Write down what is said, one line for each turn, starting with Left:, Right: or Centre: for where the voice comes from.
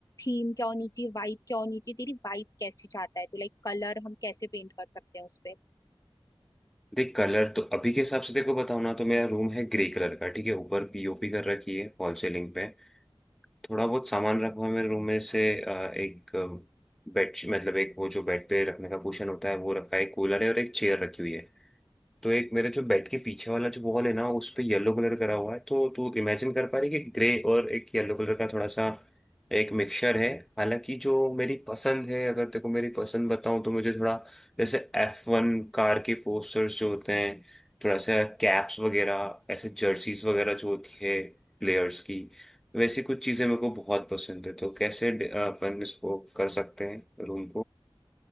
Left: थीम क्या होनी चाहिए वाइब क्या होनी चाहिए तेरी वाइब कैसी चाहता है तू लाइक कलर हम कैसे पेंट कर सकते हैं उस पे
Centre: देख कलर तो अभी के हिसाब से देखो बताओ ना तो मेरा रूम है ग्रे कलर का ठीक है ऊपर पीओपी कर रखी है फॉल सीलिंग पे थोड़ा बहुत सामान रखा हुआ है मेरे रूम में से अ, एक बेड मतलब एक वो जो बेड पे रखने का कुशन होता है वो रखा है कूलर है और एक चेयर रखी हुई है तो एक मेरे जो बेड के पीछे वाला जो वॉल है ना उस पे येलो कलर करा हुआ है तो तू इमेजिन कर पा रही है कि ग्रे और एक येलो कलर का थोड़ा सा एक मिक्सचर है हालांकि जो मेरी पसंद है अगर तेको मेरी पसंद बताऊं तो मुझे थोड़ा जैसे एफ वन कार के पोस्टर्स जो होते हैं थोड़ा सा कैप्स वगैरह ऐसे जर्सीज वगैरह जो होती है प्लेयर्स की वैसी कुछ चीजें मेरे को बहुत पसंद है तो कैसे अ, अपन इसको कर सकते हैं रूम